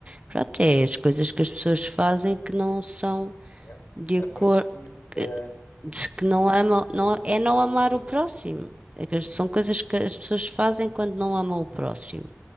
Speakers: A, on the right; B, on the left.
A: pronto, é as coisas que as pessoas fazem que não são
B: né?
A: de
B: A
A: acordo,
B: preguiça,
A: que
B: eh,
A: não amam,
B: toda
A: não,
B: uma
A: é
B: série
A: não amar
B: de coisas,
A: o próximo.
B: sim.
A: É que as- São coisas que as pessoas fazem quando não amam o próximo.